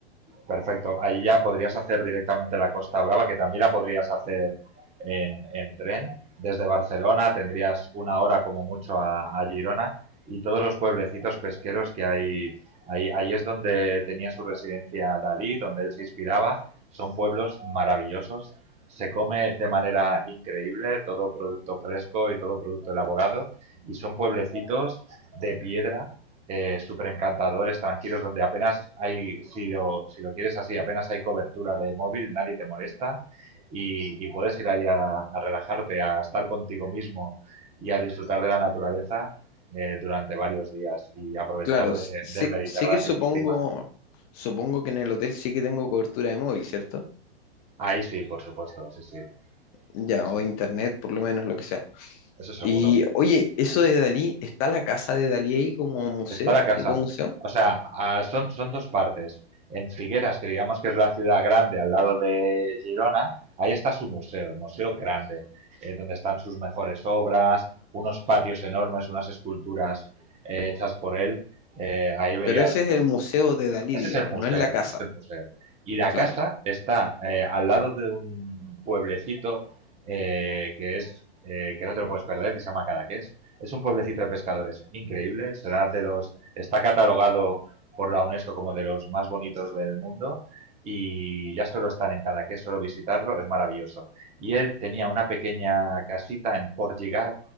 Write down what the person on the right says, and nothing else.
Perfecto. Ahí ya podrías hacer directamente la Costa Brava, que también la podrías hacer en, en tren. Desde Barcelona tendrías una hora como mucho a, a Girona y todos los pueblecitos pesqueros que hay. Ahí, ahí es donde tenía su residencia Dalí, donde él se inspiraba. Son pueblos maravillosos. Se come de manera increíble todo producto fresco y todo producto elaborado. Y son pueblecitos de piedra eh, súper encantadores, tranquilos, donde apenas hay, si lo, si lo quieres así, apenas hay cobertura de móvil, nadie te molesta y, y puedes ir ahí a, a relajarte, a estar contigo mismo y a disfrutar de la naturaleza eh, durante varios días y aprovechar
de-
del Mediterráneo
y su clima.
Ahí sí, por supuesto, sí, sí,
sí, sí,
eso seguro.
Está la casa.
O sea, ah, son, son dos partes. En Figueras, que digamos que es la ciudad grande al lado de Girona, ahí está su museo, el museo grande, eh, donde están sus mejores obras, unos patios enormes, unas esculturas eh, hechas por él. Eh, ahí veías
ese
es el museo,
ese es el museo. Y la
casa está eh, al lado de un pueblecito eh, que es eh, que no te lo puedes perder, que se llama Cadaqués. Es un pueblecito de pescadores increíble, será de los, está catalogado por la UNESCO como de los más bonitos del mundo y ya solo estar en Cadaqués, solo visitarlo, es maravilloso. Y él tenía una pequeña casita en Port Lligat,